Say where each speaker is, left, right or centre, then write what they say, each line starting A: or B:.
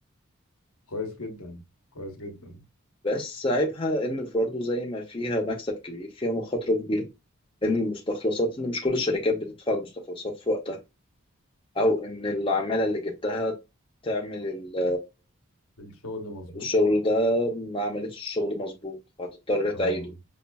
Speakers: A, on the left; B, on the left.
A: كويس جدا كويس جدا
B: بس عيبها إن برضه زي ما فيها مكسب كبير فيها مخاطرة كبيرة إن المستخلصات إن مش كل الشركات بتدفع المستخلصات في وقتها أو إن العمالة اللي جبتها تعمل ال-
A: الشغل ده مظبوط
B: الشغل ده ما عملتش الشغل مظبوط فهتضطر تعيده
A: اه